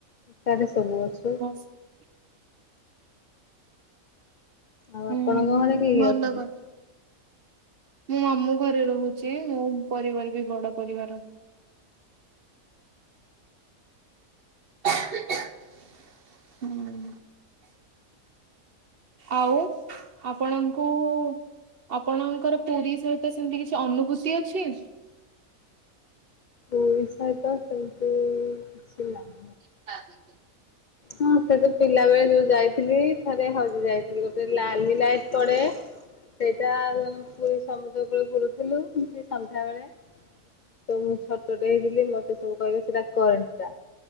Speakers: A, on the left; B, on the right.
A: ତାରେ ସବୁ ଅଛୁ।
B: <unintelligible>
A: ଆଉ
B: ହୁଁ
A: ଆପଣଙ୍କ
B: ହୁଁ
A: ଘରେ କିଏ କିଏ
B: ଭଲ
A: ଅଛନ୍ତି?
B: କଥା ମୁଁ ମାମୁ ଘରେ ରହୁଛି। ମୋ ପରିବାର ବି ବଡ ପରିବାର। ହୁଁ ଆଉ ଆପଣଙ୍କୁ ଆପଣଙ୍କର ପୁରୀ ସହିତ ସେମତି କିଛି ଅନୁଭୂତି ଅଛି।
A: ପଇସହିତସଲ କି ନା <unintelligible>
B: ନି <inaudible>
A: ହଁ ସେ ତ ପିଲା ବେଳେ ଯୋଉ ଯାଇଥିଲି ଥରେ ହଜି ଯାଇଥିଲି ଗୋଟେ ଲାଲି ଲାଇଟ ପଡେ ସେଇଟା ପୁରୀ ସମୁଦ୍ର କୂଳରେ ବୁଲୁଥିଲୁ ସନ୍ଧ୍ୟା ବେଳେ। ତ ମୁଁ ଛୋଟଟେ ହେଇଥିଲି ମତେ ସବୁ କହିବେ ସେଟା କରେଣ୍ଟ ଟା।